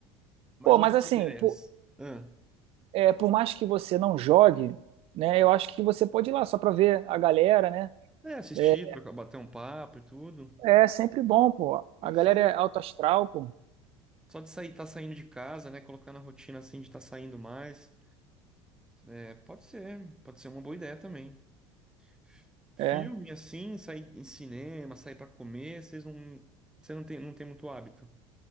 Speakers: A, in the centre; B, on the right.
A: Mais
B: Pô, mas
A: outras
B: assim,
A: ideias.
B: por,
A: Ah,
B: é, por mais que você não jogue, né? Eu acho que você pode ir lá só para ver a galera, né?
A: é, assistir,
B: É,
A: trocar, bater um papo e tudo.
B: é sempre bom, pô. A
A: Pode
B: galera
A: ser.
B: é alto astral, pô.
A: Só de sair, tá saindo de casa, né? Colocar na rotina assim de estar saindo mais. É, pode ser, pode ser uma boa ideia também. F-
B: É.
A: Filme assim, sair em cinema, sair pra comer, vocês não, você não tem, não tem muito hábito.